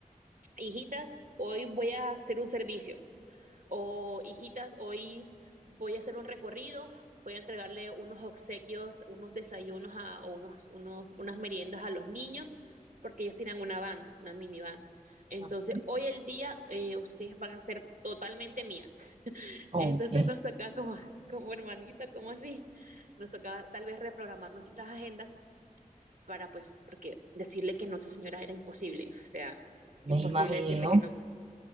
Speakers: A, on the right (about 65°); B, on the right (about 45°).
A: hijitas, hoy voy a hacer un servicio. O hijitas, hoy voy a hacer un recorrido, voy a entregarle unos obsequios, unos desayunos a, o unos, unos, unas meriendas a los niños, porque ellos tienen una van, una minivan. Entonces,
B: ujú.
A: hoy el día eh, ustedes van a ser totalmente mías. <laughs>
B: Ok,
A: Entonces nos toca como, como hermanita, como así, nos tocaba tal vez reprogramar nuestras agendas para pues, porque decirle que no a esa señora era imposible, o sea, imposible
B: me imagino.
A: decirle que no.